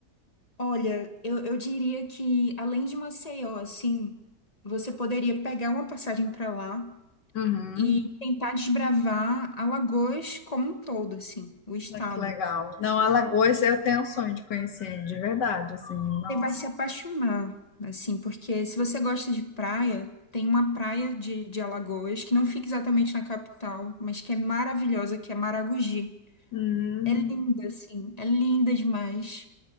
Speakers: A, on the left; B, on the left.
A: Olha, eu, eu diria que além de Maceió, assim, você poderia pegar uma passagem para lá
B: Uhum.
A: e tentar desbravar Alagoas como um todo, assim, o estado.
B: Olha que legal. Não, Alagoas eu tenho um sonho de conhecer, de verdade, assim, nossa.
A: Você vai se apaixonar, assim, porque se você gosta de praia, tem uma praia de, de Alagoas que não fica exatamente na capital, mas que é maravilhosa, que é Maragogi.
B: Uhum.
A: É linda, assim, é linda demais.